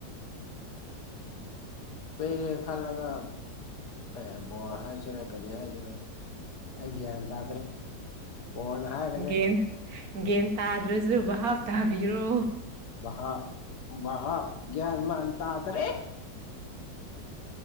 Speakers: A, on the left; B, on the right.
A: ꯄꯩ ꯔꯦ ꯈꯥꯂꯒ ꯑꯦ ꯣꯔ ꯍꯥꯏ ꯁꯤꯔ ꯀꯅꯤ ꯍꯥꯏꯁꯤꯔ ꯑꯩ ꯒ꯭ꯌꯥꯟ ꯇꯥꯗ꯭ꯔꯦ ꯀꯣꯟꯅ ꯍꯥꯏꯔꯒꯦ
B: ꯌꯦꯟ ꯒꯦꯟ ꯇꯥꯗ꯭ꯔꯁꯨ ꯍꯥꯞ ꯇꯥꯕꯤꯔꯣ
A: ꯍ ꯍ ꯦꯃ ꯑꯇꯗ꯭ꯔꯦ